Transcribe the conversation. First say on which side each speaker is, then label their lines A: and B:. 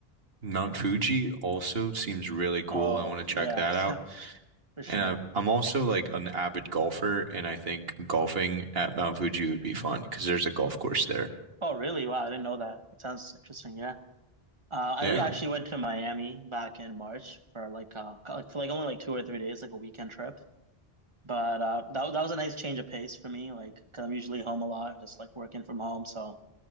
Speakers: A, on the right; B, on the right.
A: Mount Fuji also seems really cool.
B: Oh
A: I want to
B: yeah,
A: check that
B: <laughs>
A: out.
B: for sure.
A: And I, I'm also like an avid golfer, and I think golfing at Mount Fuji would be fun because there's a golf course there.
B: Oh really? Wow, I didn't know that. That sounds interesting. Yeah. Uh, I
A: Yeah,
B: re actually went to Miami back in March for like uh like for like only like two or three days, like a weekend trip. But uh, that that was a nice change of pace for me, like because 'cause I'm usually home a lot, just like working from home. So